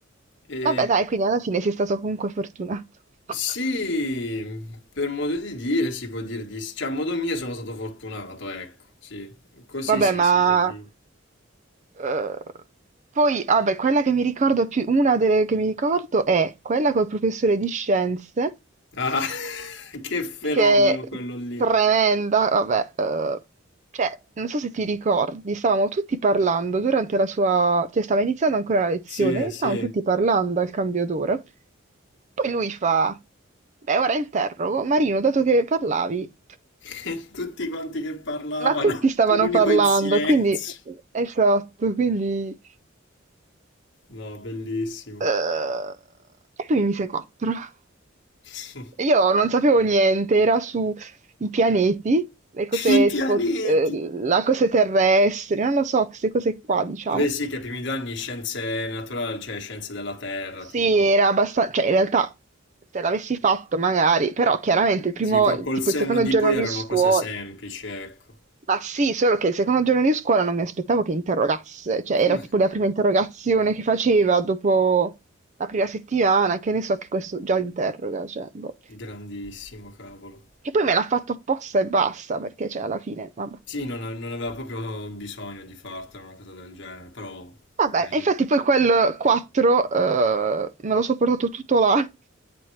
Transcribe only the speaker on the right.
Vabbè, dai, quindi alla fine sei stato comunque fortunato. <laughs>
Vabbè,
ma
eh, poi, vabbè, quella che mi ricordo più, una delle che mi ricordo è quella col professore di scienze
che è
tremenda, vabbè, eh, cioè, non so se ti ricordi, stavamo tutti parlando durante la sua, cioè stava iniziando ancora la lezione
e stavamo tutti parlando al cambio d'ora. Poi lui fa, beh, ora interrogo, Marino, dato che parlavi,
ma tutti stavano
parlando,
quindi, esatto, quindi
Eh, e poi mi mise 4. <laughs>
Io non sapevo niente, era su i pianeti, le cose
tipo, eh, la cose terrestri, non lo so, queste cose qua, diciamo.
Sì,
era abbastanza, cioè in realtà se l'avessi fatto magari, però chiaramente il primo,
tipo
il secondo
giorno
di scuola,
ma sì, solo che il secondo giorno di scuola non mi aspettavo che interrogasse, cioè
era tipo la prima interrogazione che faceva dopo la prima settimana, che ne so che questo già interroga, cioè, boh.
Che poi me l'ha fatto apposta e basta, perché cioè alla fine, vabbè.
Vabbè,
e infatti poi quel 4 eh, me lo so portato tutto l'anno. <laughs>